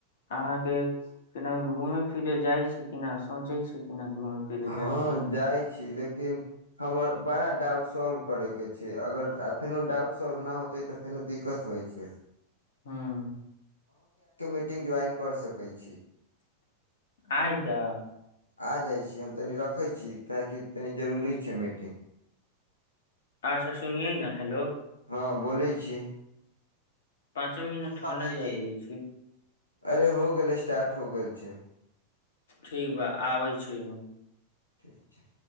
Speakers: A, on the left; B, on the left.
A: अहां केँ केना घूमे फिरे जाइत छि कि ना सोचै छै किना घूमे फिरे जायकेँ
B: हँ जाइ छी लेकिन हमर बड़ा डाउट सॉल्व करय केंँ छैक अगर फेनो डाउट सॉल्व न होत हेतय त फेनो दिक्कत होइत छैक
A: ह्म
B: मीटिंग ज्वाइन कर सकैय छी
A: आइ कए
B: आ जाइ छी हम तनि रखै छी काहकि तनि जरूरी छै मीटिंग
A: आछा सुनियैय ना हेलो
B: ह बोलय छी
A: पाँचो मिनट
B: साक्षी
A: हो नहि जा
B: जी
A: दै छी
B: अरे हो गेल स्टार्ट हो गेल छै
A: ठीक बा आबै छी हम
B: ठीक छै